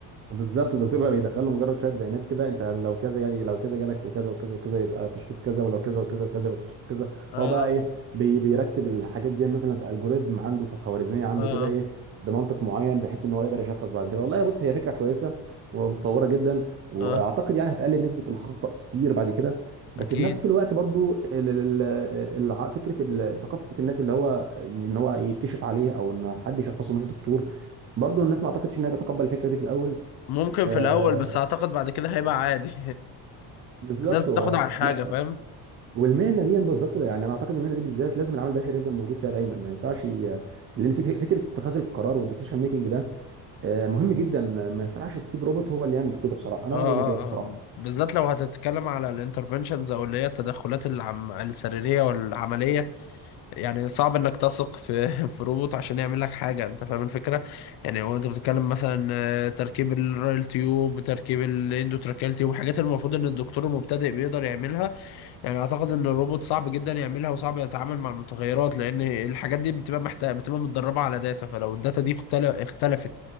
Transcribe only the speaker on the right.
بالظبط الدكتور بقى بيدخل له مجرد شويه بيانات كده انت لو كذا جاي لو كذا جالك وكذا وكذا وكذا يبقى تشخيص كذا ولو كذا وكذا وكذا يبقى تشخيص كذا
هو بقى ايه بي بيرتب الحاجات دي مثلا في الجوريزم عنده في خوارزميه عنده
كده ايه بمنطق معين بحيث ان هو يقدر يشخص بعد كده والله بص هي فكره كويسه ومتطوره جدا واعتقد
يعني هتقلل نسبه الخطا كتير بعد كده بس
في نفس الوقت برضو ال- ال- ال- الع- فكره ال- ثقافه الناس اللي هو ان هو يتكشف عليه او ان حد يشخصه مش دكتور برضو الناس ما اعتقدش انها تتقبل الفكره دي في الاول
آه
بالظبط
و...
لا
والمهنه دي بالظبط يعني انا اعتقد المهنه دي بالذات لازم العامل البشري يفضل موجود فيها دايما ما ينفعش ي... لان فك... فكره اتخاذ القرار والديسيشن ميكنج ده آه مهم جدا ما ينفعش تسيب روبوت هو اللي يعمل كده بصراحه انا
رايي انا كده بصراحه